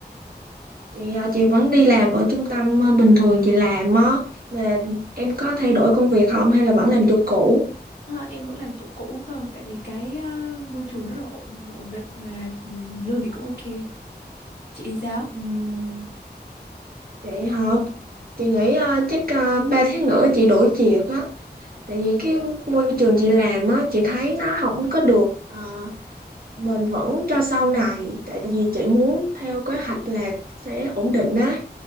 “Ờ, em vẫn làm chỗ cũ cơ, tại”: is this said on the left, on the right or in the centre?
Left